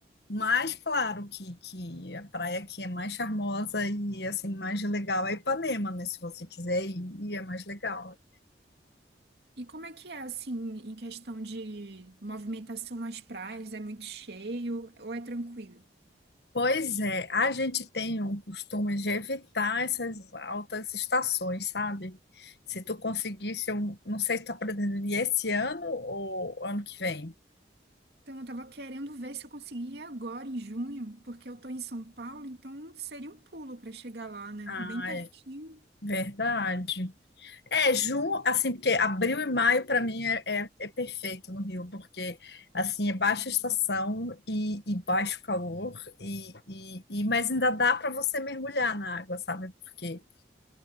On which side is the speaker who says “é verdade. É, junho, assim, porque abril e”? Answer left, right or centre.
Left